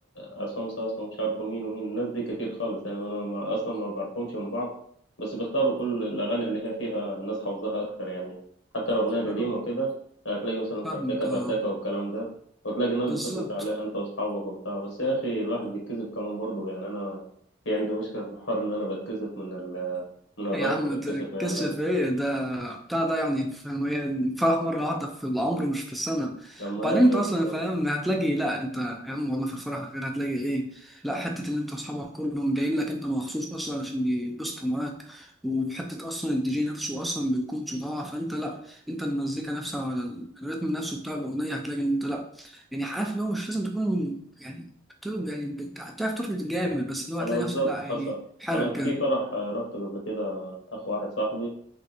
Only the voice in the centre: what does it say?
أه،
فاهمك
أه
بالظبط
يا عم
تكسف
ايه ده بتاع ده يعني فاهم ايه الفرح مرة واحدة في العمر مش في السنة
وبعدين
انت
اصلا فاهم هتلاقي لا انت يا عم والله في الفرح غير هتلاقي ايه لا حتة ان انت اصحابك كلهم جايين لك انت مخصوص اصلا عشان يبسطوا معاك وحتة اصلا الدي جي نفسه اصلا بيكون صداع فانت لا انت المزيكا نفسها ولا الريتم نفسه بتاع الاغنية هتلاقي ان انت لا يعني عارف اللي هو مش لازم تكون يعني بت- يعني بتعرف تربط جامد بس اللي هو
هتلاقي
نفسك لا يعني
حرك
كده